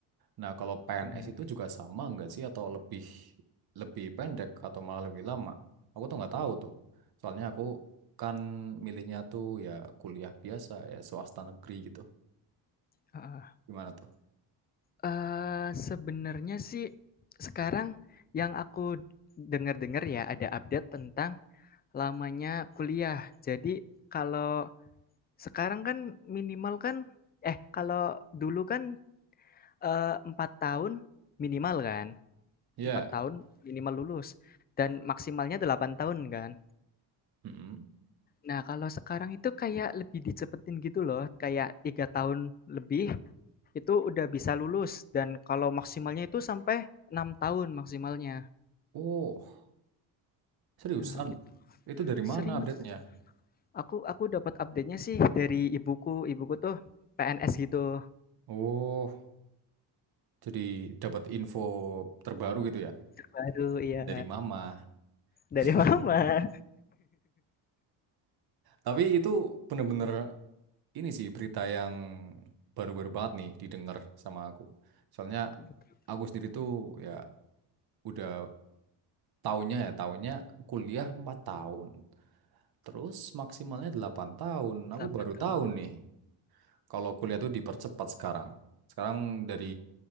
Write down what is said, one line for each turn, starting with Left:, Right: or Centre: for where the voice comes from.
Right: Nah, kalau PNS
Left: benar
Right: itu juga sama nggak sih atau lebih lebih pendek atau malah lebih lama? Aku tuh nggak tahu tuh. Soalnya aku kan milihnya tuh ya kuliah biasa ya swasta negeri gitu.
Left: heeh.
Right: Gimana tuh?
Left: Eee, sebenernya sih sekarang yang aku dengar-dengar ya ada update tentang lamanya kuliah. Jadi kalau Sekarang kan minimal kan eh kalau dulu kan, eh, empat 4 tahun minimal kan,
Right: Ya.
Left: 4 tahun minimal lulus dan maksimalnya 8 tahun kan.
Right: Mm-mm.
Left: Nah kalau sekarang itu kayak lebih dicepetin gitu loh, kayak 3 tahun lebih itu udah bisa lulus dan kalau maksimalnya itu sampai 6 tahun maksimalnya.
Right: Oh, seriusan?
Left: Nah gitu
Right: Itu dari
Left: serius,
Right: mana update-nya?
Left: aku aku dapat update-nya sih dari ibuku, ibuku tuh PNS gitu,
Right: Oh, jadi dapat info terbaru gitu ya
Left: terbaru iya,
Right: dari mama.
Left: dari
Right: <laughs>
Left: <laughs> mama.
Right: Tapi itu bener-bener ini sih berita yang baru-baru banget nih didengar sama aku. Soalnya
Left: Betul,
Right: aku sendiri tuh ya udah tahunnya ya tahunnya kuliah 4 tahun. Terus maksimalnya 8 tahun. Aku
Left: 8
Right: baru
Left: tahun
Right: tahu nih kalau kuliah tuh dipercepat sekarang. Sekarang dari